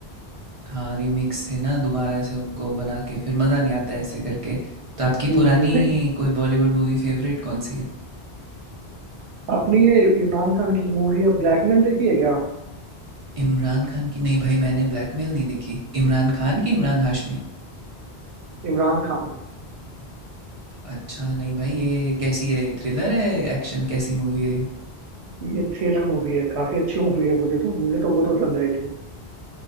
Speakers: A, on the right (about 40°); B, on the right (about 80°).
A: हाँ रीमिक्स थे ना दोबारा से उनको बना के फिर मज़ा नहीं आता ऐसे करके तो आपकी
B: हम्म
A: पुरानी
B: हम्म।
A: कोई बॉलीवुड मूवी फेवरेट कौन सी है
B: आपने ये इमरान खान की जो मूवी है ब्लैकमेल देखी है क्या
A: इमरान खान की नहीं भाई मैंने ब्लैकमेल नहीं देखी इमरान खान की इमरान हाशमी
B: इमरान खान
A: अच्छा नहीं भाई ये कैसी है थ्रिलर है एक्शन कैसी मूवी है ये
B: ये थ्रिलर मूवी है काफी अच्छी मूवी है मुझे तो मुझे तो बहुत पसंद आई थी